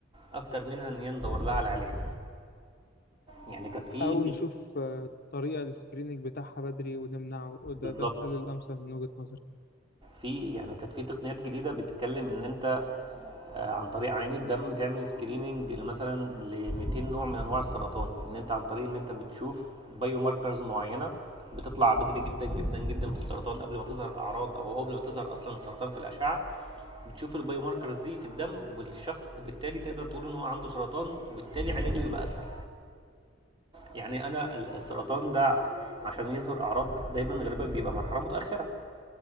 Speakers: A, on the right (about 25°); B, on the left (about 50°).
A: اكتر منها ان هي ندور لها على علاج يعني كانت في
B: او نشوف آه، طريقة للسكريننج بتاعها بدري ونمنعه ده
A: بالظبط
B: ده الحل الامثل من وجهة نظري
A: في يعني كانت في تقنيات جديده بتتكلم ان انت آه، عن طريق عيان الدم تعمل سكريننج مثلا ل 200 نوع من انواع السرطان ان انت عن طريق ان انت بتشوف بايو ماركرز معينه بتطلع بدري جدا جدا جدا في السرطان قبل ما تظهر اعراض او قبل ما تظهر اصلا السرطان في الاشعه بتشوف البايو ماركرز دي في الدم وبالشخص وبالتالي تقدر تقول ان هو عنده سرطان وبالتالي علاجه يبقى اسهل يعني انا السرطان ده عشان يظهر اعراض دايما غالبا بيبقى مرحله متاخره